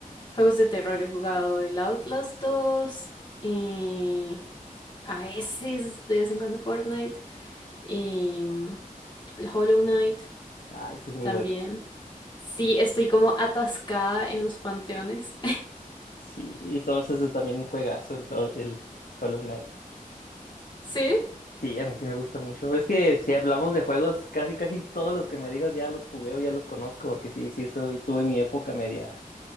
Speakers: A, on the left; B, on the left.
A: juegos de terror, he jugado el Outlast 2 y a veces, de vez en cuando Fortnite, y mm, el Hollow Knight
B: Ah, ese es muy
A: también.
B: bueno.
A: Sí, estoy como atascada en los panteones.
B: Sí, y Star Wars es también un juegazo, el, el Hollow Knight.
A: <laughs> ¿Sí?
B: Sí, a mí sí me gusta mucho. Es que si hablamos de juegos, casi casi todos los que me digas ya los jugué o ya los conozco, porque sí, sí, soy, tuve mi época media,